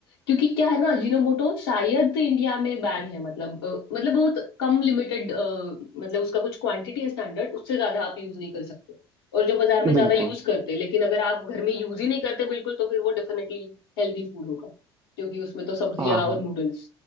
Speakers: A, on the left (about 70°); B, on the right (about 25°).
A: क्योंकि क्या है ना अजीनोमोटो शायद इंडिया में बैन है मतलब अ, मतलब बहुत कम लिमिटेड मतलब उसका कुछ क्वांटिटी है स्टैंडर्ड उससे ज्यादा आप यूज नहीं कर सकते और जो बाजार में
B: है
A: ज्यादा
B: बिल्कुल
A: यूज करते हैं, लेकिन अगर आप घर में यूज ही नहीं करते बिल्कुल तो फिर वो डेफिनेटली हेल्दी फूड होगा क्योंकि उसमें तो सब्जियां
B: हाँ
A: और
B: हाँ
A: नूडल्स